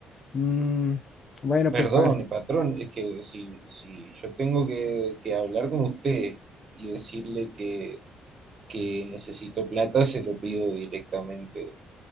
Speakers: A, on the left (about 45°); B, on the right (about 50°).
A: Mm, bueno,
B: perdone,
A: pues, par.
B: patrón, es que si, si yo tengo que, que hablar con usted y decirle que, que necesito plata, se lo pido directamente